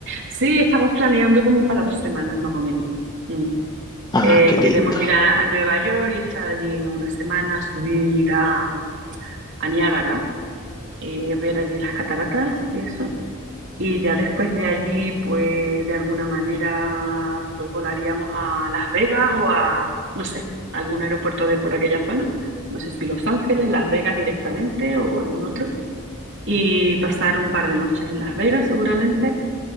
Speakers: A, on the right; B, on the left.
A: sí, estamos planeando como para dos semanas más o menos. Mm.
B: Ah,
A: Eh,
B: qué
A: queremos
B: lindo.
A: ir a, a Nueva York y estar allí una semana, subir a, a Niágara, eh, ver allí las cataratas y eso. Y ya después de allí, pues de alguna manera, pues volaríamos a Las Vegas o a, no sé, algún aeropuerto de por aquella zona. No sé si Los Ángeles, Las Vegas directamente o algún otro. Y pasar un par de noches en Las Vegas seguramente.